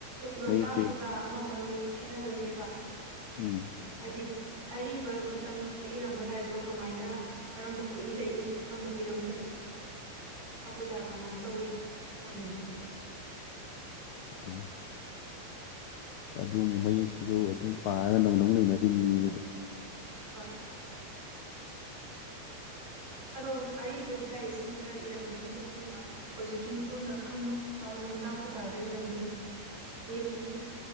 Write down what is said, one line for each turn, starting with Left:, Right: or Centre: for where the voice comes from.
Right: ꯂꯣꯟꯗꯥ
Left: ꯃꯌꯦꯛꯁꯦ
Right: ꯄꯨꯗꯥ ꯑꯃ ꯑꯃ ꯂꯣꯏ ꯈꯦꯠꯅꯗꯣꯏꯅꯦꯕ
Left: ꯎꯝ
Right: ꯍꯥꯏꯗꯤ ꯑꯔꯤꯕ ꯃꯇꯝꯗ ꯏꯔꯝꯕ ꯂꯥꯏꯔꯤꯛꯇꯣ ꯀꯃꯥꯏꯅ ꯀꯔꯝꯕ ꯈꯨꯏꯗ ꯏ ꯀꯔꯝꯕ ꯍꯤꯔꯝꯗ ꯏ ꯋꯥꯇꯥ ꯄꯨꯗ ꯀꯃꯥꯏꯅ ꯇꯧꯏ ꯃꯤꯡ
Left: ꯑꯣ ꯑꯁ ꯑꯗꯨꯨ ꯃꯌꯦꯛꯇꯨꯁꯨ ꯑꯗꯨꯝ ꯄꯥꯔꯒ ꯅꯧꯅ ꯑꯃꯨꯛ ꯂꯩꯅꯗꯣꯏꯅꯤꯅꯦ ꯑꯗꯨꯗ
Right: ꯍꯣꯏ ꯑꯗꯣ ꯑꯔꯤꯕꯒꯤ ꯂꯥꯏꯔꯤꯛꯁꯤꯡꯗ ꯏꯔꯝꯕꯁꯤꯡꯁꯦ ꯑꯩꯈꯣꯏꯅ ꯍꯧꯖꯤꯛꯀꯤ ꯃꯔꯣꯜꯅ ꯈꯪꯕꯥꯕ ꯂꯣꯟꯗꯥ ꯄꯨꯗꯥꯗ ꯏꯔꯝꯗꯣꯏꯅꯤ ꯃꯦꯛꯇꯨꯁꯨ